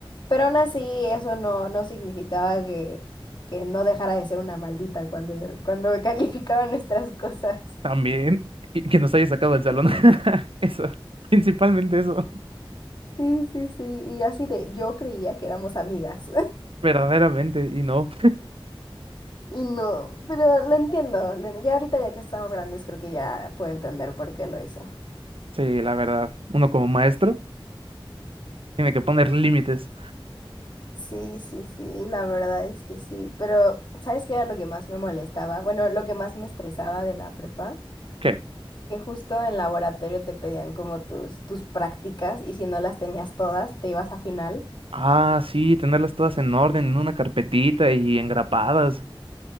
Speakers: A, on the left; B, on the right.
A: pero aún así eso no, no significaba que, que no dejara de ser una maldita cuando, cuando <laughs> calificaban nuestras cosas.
B: <laughs> también, y que nos haya sacado del salón. <laughs> Eso, principalmente eso,
A: Sí, sí, sí, y yo así de, yo creía que éramos amigas,
B: verdaderamente, y no.
A: <laughs> y no, pero lo entiendo, lo- ya ahorita ya que estamos grandes creo que ya puedo entender por qué lo hizo.
B: Sí, la verdad, uno como maestro tiene que poner límites.
A: Sí, sí, sí, la verdad es que sí, pero ¿sabes qué era lo que más me molestaba? Bueno, lo que más me estresaba de la prepa.
B: ¿Qué?
A: que justo en laboratorio te pedían como tus, tus prácticas y si no las tenías todas, te ibas a final.
B: Ah, sí, tenerlas todas en orden, en una carpetita y engrapadas.